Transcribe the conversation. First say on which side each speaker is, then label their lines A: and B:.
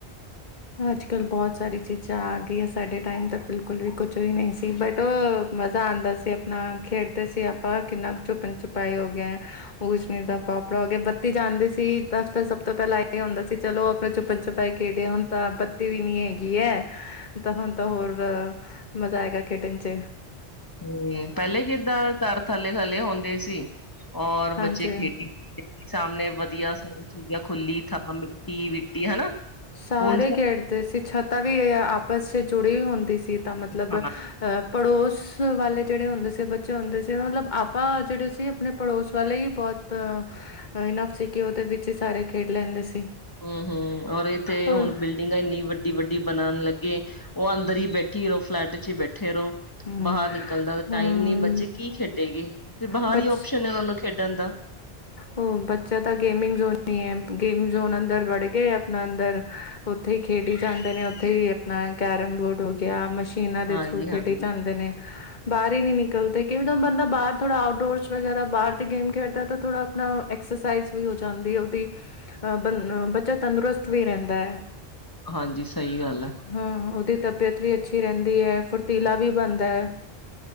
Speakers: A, on the left; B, on the left.
A: ਅੱਜ ਕੱਲ ਬਹੁਤ ਸਾਰੀ ਚੀਜ਼ਾਂ ਆ ਗਈਆਂ ਸਾਡੇ ਟਾਈਮ ਤਾਂ ਬਿਲਕੁਲ ਵੀ ਕੁਛ ਹੀ ਨਹੀਂ ਸੀ। ਬਟ, ਮਜ਼ਾ ਆਉਂਦਾ ਸੀ। ਆਪਣਾ ਖੇਡਦੇ ਸੀ। ਆਪਾਂ ਕਿੰਨਾ ਕੁ ਛੁਪਨ- ਛੁਪਾਈ ਹੋ ਗਿਆ। ਉਚ-ਨੀਚ ਦਾ ਪਾਪੜਾ ਹੋ ਗਿਆ। ਬੱਤੀ ਜਾਣਦੇ ਸੀ ਤਾਂ ਸਭ ਤੋਂ ਪਹਿਲਾਂ ਇਹ ਹੁੰਦਾ ਸੀ। ਚਲੋ, ਆਪਣੇ ਚੁੱਪ ਛਪਾਈ ਕਿਹੜੇ ਹੁਣ ਤਾਂ ਬੱਤੀ ਵੀ ਨੀ ਹੈਗੀ ਹੈ। ਤਾਂ ਹੁਣ, ਤਾਂ ਹੋਰ ਮਜ਼ਾ ਹੈਗਾ। ਕਿਟਚ
B: ਹਮ ਪਹਿਲੇ ਕਿੱਦਾਂ ਚਾਰ ਥੱਲੇ- ਥੱਲੇ ਹੁੰਦੇ ਸੀ। ਔਰ
A: ਹਾਂਜੀ।
B: ਬੱਚੇ ਖੇਡੀ ਸਾਹਮਣੇ ਵਧੀਆ ਸ ਚੀਜ਼ਾਂ ਖੁੱਲੀ ਥਾਂ ਮਿੱਟੀ-ਵਿੱਟੀ ਹਨਾ
A: ਸਾਰੇ
B: ਹੁਣ
A: ਖੇਡਦੇ ਸੀ। ਛਤਾ ਵੀ ਇਹ ਆਪਸ ਚ ਜੁੜੀ ਹੁੰਦੀ ਸੀ। ਤਾਂ ਮਤਲਬ
B: ਹਾਂ
A: ਅਹ ਪੜੋਸ ਉਸ ਵਾਲੇ ਜਿਹੜੇ ਹੁੰਦੇ ਸੀ, ਬੱਚੇ ਹੁੰਦੇ ਸੀ। ਮਤਲਬ ਆਪਾਂ ਜਿਹੜੇ ਸੀ, ਆਪਣੇ ਪੜੋਸ ਵਾਲੇ ਹੀ ਬਹੁਤ ਇਨਾਫ਼ ਸੀ ਕਿ ਉਹਦੇ ਵਿੱਚ ਹੀ ਸਾਰੇ ਖੇਡ ਲੈਂਦੇ ਸੀ।
B: ਹਮ- ਹਮ, ਔਰ ਇੱਥੇ
A: ਹੋਰ
B: ਹੁਣ ਬਿਲਡਿੰਗਾਂ ਇੰਨੀ ਵੱਡੀ- ਵੱਡੀ ਬਣਾਉਣ ਲੱਗੇ। ਉਹ ਅੰਦਰ ਹੀ ਬੈਠੀ ਉਹ ਫਲੈਟ ਚ ਹੀ ਬੈਠੀ। ਠੇਹਰੋ।
A: ਹੂੰ
B: ਬਾਹਰ ਨਿਕਲਦਾ ਟਾਈਮ
A: ਹੂੰ
B: ਨੀ ਬੱਚੇ ਕੀ ਖੇਡੇ ਗੇ। ਫ ਬਾਹਰ
A: ਬਚ
B: ਹੀ ਓਪਸ਼ਨ ਨੇ ਉਹਨਾਂ ਨੂੰ ਖੇਡ ਕਹਿੰਦਾ ਦਾ।
A: ਉਹ ਬੱਚਾ ਤਾਂ ਗੇਮਿੰਗ ਜ਼ੋਨ ਹੀ ਹੈ। ਗੇਮਿੰਗ ਜ਼ੋਨ ਅੰਦਰ ਵੜ ਕੇ ਆਪਣਾ ਅੰਦਰ ਉੱਥੇ ਖੇਡੀ ਜਾਂਦੇ ਨੇ ਉੱਥੇ ਹੀ ਆਪਣਾ ਕੈਰਮ ਬੋਰਡ ਹੋ ਗਿਆ। ਮਛ ਇਹਨਾਂ ਦੇ
B: ਹਾਂਜੀ-ਹਾਂਜੀ,
A: ਥਰੂ ਖੇਡ ਜਾਂਦੇ ਨੇ। ਹਨ। ਬਾਹਰ ਹੀ ਨਲਦੇ। ਕਈਂ ਕੁ ਬਾਹਰ ਥੋੜਾ ਆਊਟਡੋਰਸ ਵਗੈਰਾ ਬਾਹਰ ਤੇ ਗੇਮ ਖੇਡਦਾ। ਥੋੜਾ ਆਪਣਾ ਐਕਸਰਸਾਈਜ਼ ਵੀ ਹੋ ਜਾਂਦੀ। ਉਹਦੀ ਬ ਬੱਚਾ ਤੰਦਰੁਸਤ ਵੀ ਰਹਿੰਦਾ ਹੈ।
B: ਹਾਂਜੀ ਹਾਂਜੀ ਸਹੀ ਗੱਲ ਐ।
A: ਹਾਂ, ਉਹਦੇ ਤਬੀਅਤ ਵੀ ਅੱਛੀ ਰਹਿੰਦੀ ਹੈ। ਫੁਰਤੀਲਾ ਵੀ ਬਣਦਾ ਹੈ।